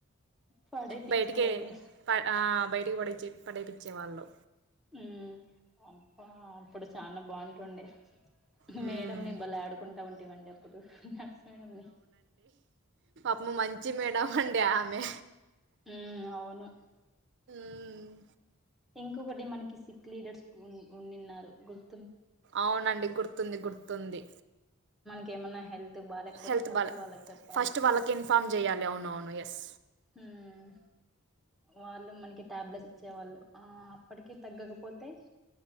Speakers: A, in the centre; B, on the right (about 55°).
A: పడేపిచ్చేవాళ్ళు
B: బయ్ టికే పడ్ ఆ బయ్ టిక్ పడే చే ద్ పడేపిచేవాళ్ళు
A: ఉమ్ అబ్బా అప్పుడు చానా బాఉంటుండే ఉహ్
B: హ్మ్.
A: మేడం ని బలే ఆడుకుంటా ఉంటివండి అప్పుడు నర్సు మేడమ్ నీ
B: అమ్మో మంచి మేడం అండి ఆమె
A: ఉమ్ ఔను
B: హ్మ్మ్
A: ఇంకొకటి మనకి సిక్ లీడర్స్ గున్ ఉన్నింన్నారు గుర్
B: ఔనండి గుర్తుంది గుర్తుంది
A: కే మన్నా హెల్ తు బాలేక్ పోతే
B: హెల్త్
A: ఫస్ట్
B: బాలే
A: వాళ్ళక్ చప్పాలి
B: ఫస్ట్ వాళ్ళకి ఇన్ఫార్మ్ చేయాలి. అవునవును. యెస్.
A: హుమ్ వాళ్ళు మనకి టాబ్ బ్లెట్స్ ఇచ్చేవాళ్ళు ఆ ప్పటికి తగ్గకపోతే